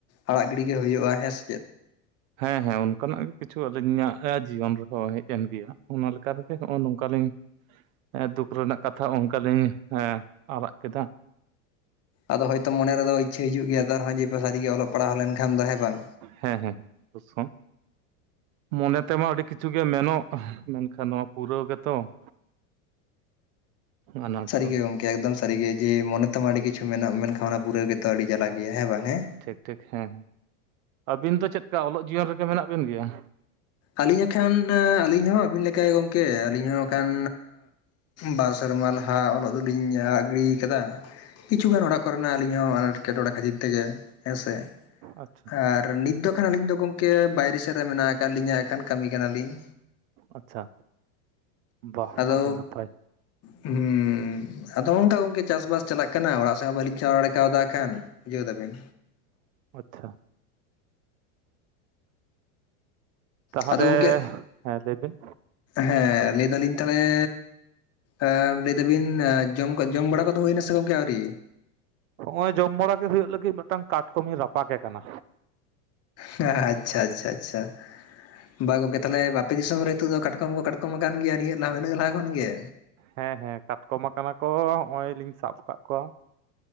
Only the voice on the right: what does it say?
ᱦᱮᱸ ᱦᱮᱸ ᱚᱱᱠᱟᱱᱟᱜ ᱜᱮ ᱠᱤᱪᱷᱩ ᱟᱹᱞᱤᱧᱟᱜ ᱡᱤᱭᱚᱱ ᱨᱮᱦᱚᱸ ᱦᱮᱡ ᱮᱱ ᱜᱮᱭᱟ ᱚᱱᱟ ᱞᱮᱠᱟ ᱨᱮᱜᱮ ᱱᱚᱜᱼᱚᱭ ᱱᱚᱝᱠᱟᱞᱤᱧ᱾ ᱫᱩᱠ ᱨᱮᱱᱟᱜ ᱠᱟᱛᱷᱟ ᱚᱱᱠᱟᱞᱤᱧ ᱟᱲᱟᱜ ᱠᱮᱫᱟ᱾
ᱦᱮᱸ ᱦᱮᱸ ᱚᱵᱚᱥᱥᱚ᱾ ᱢᱚᱱᱮ ᱛᱮᱢᱟ ᱟᱹᱰᱤ ᱠᱤᱪᱷᱩ ᱜᱮ ᱢᱮᱱᱚᱜ ᱢᱮᱱᱠᱷᱟᱱ ᱱᱚᱣᱟ ᱯᱩᱨᱟᱹᱣ ᱜᱮᱛᱚ᱾ <inaudible> ᱟᱱᱟᱴ
ᱫᱚ
ᱴᱷᱤᱠ ᱴᱷᱤᱠ ᱦᱮᱸ ᱦᱮᱸ ᱟᱹᱵᱤᱱ ᱫᱚ ᱪᱮᱫᱠᱟ ᱚᱞᱚᱜ ᱡᱤᱭᱚᱱ ᱨᱮᱜᱮ ᱢᱮᱱᱟᱜ ᱵᱤᱱ ᱜᱮᱭᱟ᱾
ᱟᱪᱪᱷᱟ
ᱟᱪᱪᱷᱟ ᱵᱟᱦ
ᱟᱹᱰᱤ ᱱᱟᱯᱟᱭ
ᱟᱪᱪᱷᱟ᱾ ᱛᱟᱦᱚᱞᱮ
ᱦᱮᱸ ᱞᱟᱹᱭᱵᱤᱱ?
ᱦᱚᱸ ᱚᱭ ᱡᱚᱢ ᱵᱟᱲᱟ ᱜᱮ ᱦᱩᱭᱩᱜ ᱞᱟᱹᱜᱤᱫ ᱢᱤᱫᱴᱟᱝ ᱠᱟᱴᱠᱚᱢᱤᱧ ᱨᱟᱯᱟ ᱜᱮ ᱠᱟᱱᱟ᱾
ᱦᱮᱸ ᱦᱮᱸ ᱠᱟᱴᱠᱚᱢ ᱟᱠᱟᱱᱟ ᱠᱚ ᱦᱚᱸᱜ-ᱚᱭ ᱞᱤᱧ ᱥᱟᱵ ᱟᱠᱟᱫ ᱠᱚᱣᱟ᱾